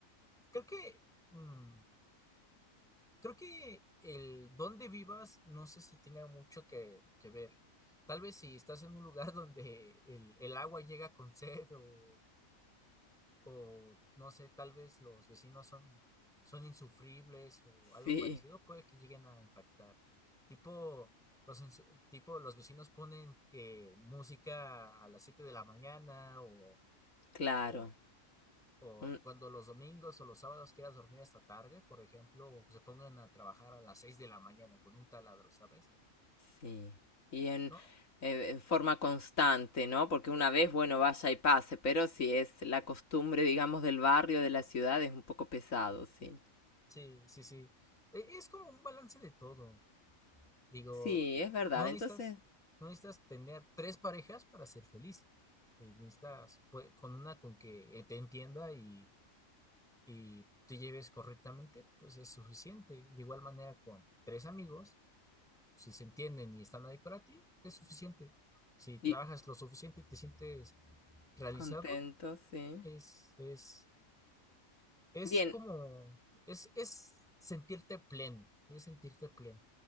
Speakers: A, in the centre; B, on the left.
A: Creo que, mm, creo que el dónde vivas no sé si tenga mucho que, que ver. Tal vez si estás en un lugar <laughs> donde el, el agua llega con sed o, o no sé, tal vez los vecinos son, son insufribles o algo
B: Sí,
A: parecido, puede que lleguen a impactar. Tipo, los, insu- tipo, los vecinos ponen que música a las siete de la mañana o,
B: claro.
A: o, o
B: Un-
A: cuando los domingos o los sábados quieras dormir hasta tarde, por ejemplo, o se pongan a trabajar a las 6 de la mañana con un taladro, ¿sabes?
B: Sí, y en,
A: ¿No?
B: eh, en forma constante, ¿no? Porque una vez, bueno, vaya y pase, pero si es la costumbre, digamos, del barrio, de la ciudad, es un poco pesado, sí.
A: Sí, sí, sí. E- Es como un balance de todo. Digo,
B: Sí, es verdad.
A: no necesitas,
B: Entonces,
A: no necesitas tener tres parejas para ser feliz. Eh, Necesitas pues, con una con que te entienda y, y te lleves correctamente, pues es suficiente. De igual manera con tres amigos, si se entienden y están ahí para ti, es suficiente. Si trabajas
B: y
A: lo suficiente y te sientes realizado,
B: contento, sí.
A: es, es, es
B: Bien,
A: como, es, es sentirte pleno, es sentirte pleno.